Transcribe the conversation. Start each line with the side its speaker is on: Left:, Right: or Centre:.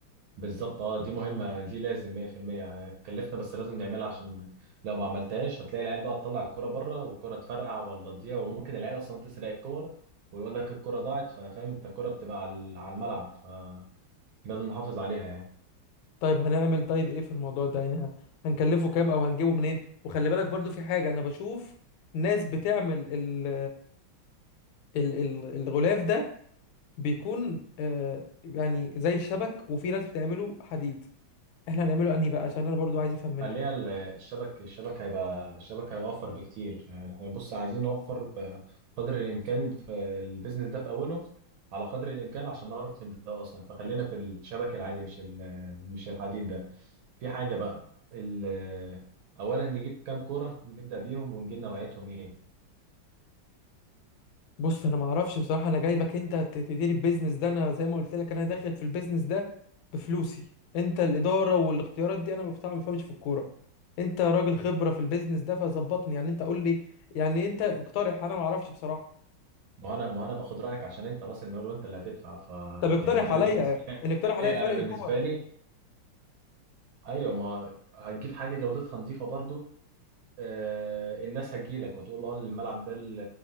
Right: بالظبط اه دي مهمة دي لازم 100% هتكلفنا بس لازم نعملها عشان لو ما عملتهاش هتلاقي العيال بقى تطلع الكرة بره والكرة تفرقع ولا تضيع وممكن العيال اصلا تسرق الكور ويقول لك الكرة ضاعت ففاهم انت الكرة بتبقى على على الملعب فلازم نحافظ عليها يعني
Left: طيب هنعمل طيب ايه في الموضوع ده يعني ه- هنكلفه كام او هنجيبه منين وخلي بالك برضو في حاجه انا بشوف ناس بتعمل ال... ال... ال... الغلاف ده بيكون آه يعني زي الشبك وفي ناس بتعمله حديد احنا هنعمله انهي بقى عشان انا برضو عايز افهم منك
Right: خليها ال- الشبك الشبك هيبقى الشبك هيوفر بكتير يعني احنا بص عايزين نوفر في قدر الامكان في البيزنس ده في اوله على قدر الامكان عشان نعرف نبدا اصلا فخلينا في الشبك العادي مش ال- مش الحديد ده في حاجه بقى ال- اولا نجيب كام كوره نبدا بيهم ونجيب نوعيتهم ايه
Left: بص انا ما اعرفش بصراحه انا جايبك انت ت- تدير البيزنس ده انا زي ما قلت لك انا داخل في البيزنس ده بفلوسي انت الاداره والاختيارات دي انا ما بصراحة ما بفهمش في الكوره انت راجل خبره في البيزنس ده فظبطني يعني انت قول لي يعني انت اقترح انا ما اعرفش بصراحه
Right: ما هو انا ما هو انا باخد رايك عشان انت راس المال وانت اللي هتدفع ف
Left: طب اقترح
Right: يعني
Left: عليا
Right: انا بالنسبه
Left: ان اقترح عليا
Right: لي
Left: فرق
Right: انا بالنسبه
Left: الكور
Right: لي ايوه ما هو هتجيب حاجه جودتها نظيفه برضو آه، الناس هتجيلك وتقول له اه الملعب ده ال-